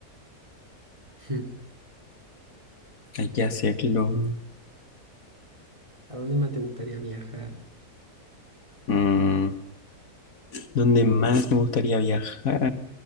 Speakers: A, on the right (about 20°); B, on the left (about 60°).
A: <laughs>
B: Hay que hacerlo.
A: ¿A dónde más te gustaría viajar?
B: Mm, ¿dónde más me gustaría viajar?